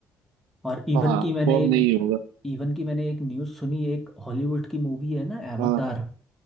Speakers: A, in the centre; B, on the right.
A: और इवन
B: हाँ
A: की मैंने
B: वो अब
A: एक
B: नहीं होगा
A: इवन की मैंने एक न्यूज़ सुनी एक हॉलीवुड की मूवी है ना एवतार
B: हाँ